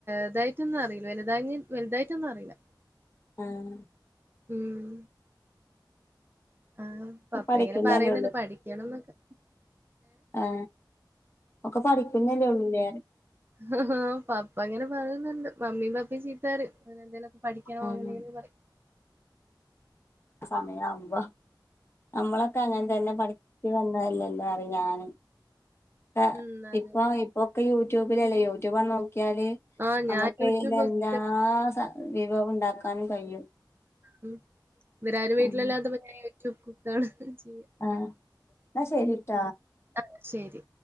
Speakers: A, on the right; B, on the left.
A: ഇതായിട്ടൊന്നു അറിയില്ല വലുതാങി വലുതായിട്ടൊന്നറിയില്ല
B: ആഹ്
A: ഉം ആഹ് പപ്പ
B: ഒക്കെ പഠിക്കുന്നല്ലേ
A: ഇങ്ങനെ പറയുന്നുണ്ട് പഠിക്കണംന്നൊക്കെ
B: ആ ഒക്കെ പഠിക്കുന്നല്ലേ ഒള്ളൂലെ
A: ഹ് ഹാ പപ്പ ഇങ്ങനെ പറയുന്നുണ്ട് മമ്മീം പപ്പേം ചീത്ത പറയും എന്തേലും പഠിക്കണോ
B: ആഹ്
A: അങ്ങനെയന്ന് പറയും
B: സമയാവുംമ്പോ നമ്മളൊക്കെ അങ്ങന തന്നെ പഠി ച്ച് വന്നയല്ലേ ഏല്ലാറിയ ഞാന് ഇപ്പ
A: ഉം അതെ
B: ഇപ്പ ഇപ്പൊക്കെ യൂട്യൂബിലല്ലേ യൂട്യൂബൊന്ന് നോക്കിയാല്
A: ആഹ്
B: നമ്മുക്കറിയ്ന്ന
A: ഞാൻ യൂട്യൂബ് നോക്കിട്ട്
B: എല്ലാ സാ വിഭവം ഉണ്ടാക്കാനും കഴിയും
A: ഉം ഇവരാരും വീട്ടിലില്ലാത്തെപ്പ
B: ഉം
A: ഞാൻ യൂട്യൂബ് കുക്കാണ് ചെയ്യ
B: ആഹ് അപ്പ ശരീട്ട
A: ആഹ് ശരി